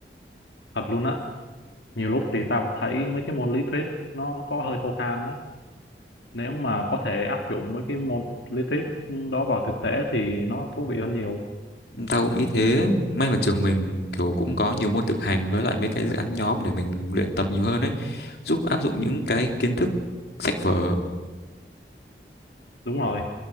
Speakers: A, on the left; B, on the left.
A: Thật luôn á, nhiều lúc thì tao cũng thấy mấy cái môn lý thuyết nó có hơi khô khan á. Nếu mà có thể áp dụng mấy cái môn lý thuyết đó vào thực tế thì nó thú vị hơn nhiều.
B: Tao cũng ý thế, may mà trường mình kiểu cũng có nhiều môn thực hành với lại mấy cái dự án nhóm để mình luyện tập nhiều hơn ấy, giúp áp dụng những cái kiến thức sách vở.
A: Đúng rồi.